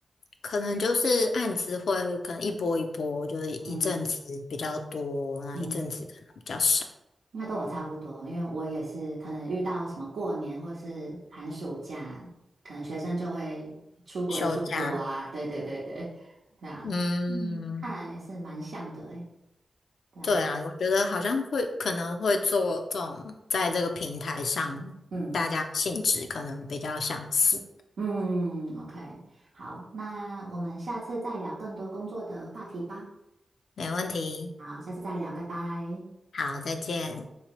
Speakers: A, on the left (about 85°); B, on the right (about 85°).
A: 可能就是案子会可能一波一波，就是一阵子比较多，
B: 嗯
A: 那一阵子可能比较少。
B: 嗯，那跟我差不多，因为我也是可能遇到什么过年或是寒暑假，可能学生就会出国的出国啊，
A: 休假，
B: 对对对对，对啊，
A: 嗯，
B: 嗯，看来也是蛮像的诶，对啊，
A: 对啊，我觉得好像会可能会做这种，在这个平台上，
B: 嗯。
A: 大家性质可能比较相似。
B: 嗯，OK，好，那我们下次再聊更多工作的话题吧。
A: 没问题，
B: 好，下次再聊，拜拜。
A: 好，再见。